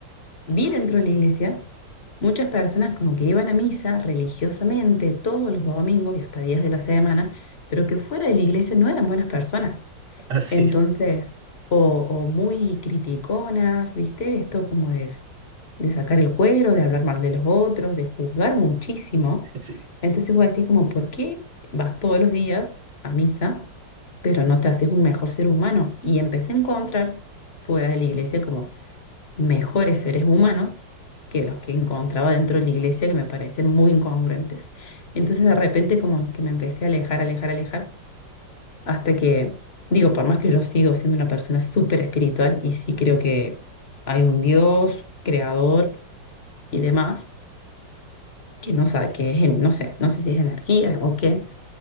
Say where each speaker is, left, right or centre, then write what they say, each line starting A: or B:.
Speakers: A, on the left; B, on the right.
A: vi dentro de la iglesia muchas personas como que iban a misa religiosamente todos los domingos y hasta días de la semana, pero que fuera de la iglesia no eran buenas personas.
B: así
A: Entonces,
B: es.
A: o, o muy criticonas, ¿viste? Esto como de, s- de sacar el cuero, de hablar mal de los otros, de juzgar muchísimo.
B: sí.
A: Entonces voy a decir como, ¿por qué vas todos los días a misa, pero no te haces un mejor ser humano? Y empecé a encontrar fuera de la iglesia como mejores seres humanos que los que encontraba dentro de la iglesia que me parecían muy incongruentes. Entonces de repente como que me empecé a alejar, alejar, alejar. Hasta que, digo, por más que yo sigo siendo una persona súper espiritual y sí creo que hay un Dios, creador y demás, que no sabe, que es, en- no sé, no sé si es energía o qué,